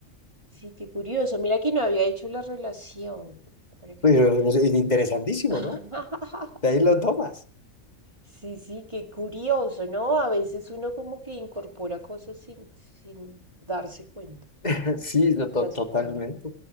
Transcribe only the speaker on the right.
Sí, qué curioso. Mira que no había hecho la relación, ahora que
lo pienso.
<laughs>
Sí, sí, qué curioso, ¿no? A veces uno como que incorpora cosas sin, sin darse cuenta
del
trasfondo.